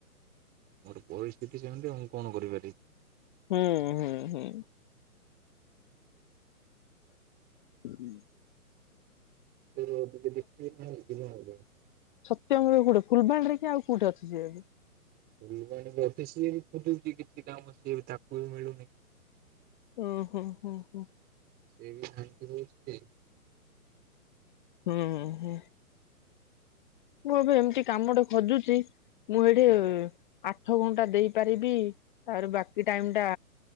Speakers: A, on the right (about 20°); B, on the left (about 35°).
A: ମୋର ପରିସ୍ଥିତି ସେମିତି ଆଁ କଣ କରିପାରିବି।
B: ହୁଁ ହୁଁ ହୁଁ। ହୁଁ।
A: <inaudible>
B: ର କୋଉଟେ, ଫୁଲବାଣୀରେ କି ଆଉ କଉଠେ ଅଛି ଯିବା କି।
A: ଫୁଲବାଣୀରୁ ଅଫିସ ଯ ଖୋଜୁଛି, କିଛି କାମ ସିଏ ବି ତାକୁ ବି ମିଳୁନି।
B: ଉଁ ହୁଁ ହୁଁ ହୁଁ
A: ସେ ବି ଶାନ୍ତି ହଉଛି।
B: ହୁଁ ହଁ। ମୁଁ ଏବେ ଏମିତି କାମଟେ ଖୋଜୁଛି ମୁଁ ଏଇଠି ଆଠ ଘଣ୍ଟା ଦେଇପାରିବି। ତାପରେ ବାକି ଟାଇମ ଟା